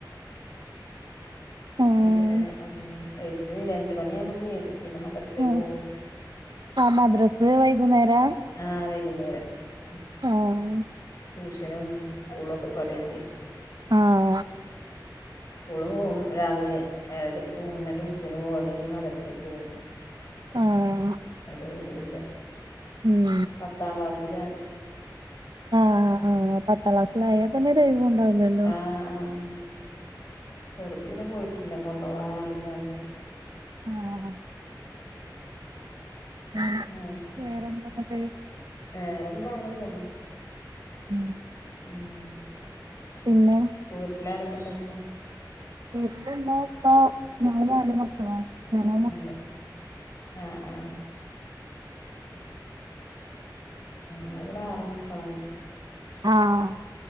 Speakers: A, on the left; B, on the right.
A: <unintelligible>
B: ഉം
A: ഉം വെൽത് അഞ്ച് മണിയാകുമ്പക്ക് വെരും പിന്നെ മദറസേക്ക്
B: ഉം
A: പോവും.
B: ആഹ് മദ്രസ് വൈകുന്നേരാ?
A: ആഹ് വൈകുന്നേരം ഉം
B: ആഹ്
A: ട്യൂഷനും സ്കൂളും ഒക്കെപ്പാടേയ്റ്റേ
B: ആഹ്
A: സ്കൂള് പൂവും രാവിലെ ഏഴരയ്ക്ക് പൂവും. പിന്നേ ട്യൂഷ്യന് പൂവും. അതുകഴിഞ്ഞ് മദരസേക്ക് പൂവും
B: ആഹ്
A: അതോള് പൂവുല്ല.
B: ഉം
A: പത്താം ക്ലാസ്സിലാണ്
B: ആഹ് ആഹ് പത്താം ക്ലാസ്സിലായാൽ പിന്നെ ദൈവം ഉണ്ടാവില്ലല്ലോ
A: ആഹ് ആഹ് ചെറുത് പിന്നെ പോയിട്ടില്ല കൊണ്ടോവാൻ ആളില്ലാഞ്ഞിട്ട്
B: ആഹ് <unintelligible>
A: ഉം
B: വേറെന്താ എന്നിട്ട്
A: വേറെന്താ അങ്ങനെ പോണു
B: ഉം
A: ഉം
B: പിന്നെ
A: വീട്ടിലാരൊക്കെ ഉണ്ടിപ്പോ
B: വീട്ടിൽ ഇന്ന് ഇപ്പോ ഞങ്ങള് നാല് മക്കള ഞങ്ങ
A: അതെ ആഹ് ആഹ് ആഹ് ഇവിടെ ആറുമക്കളാണ്
B: ആഹ്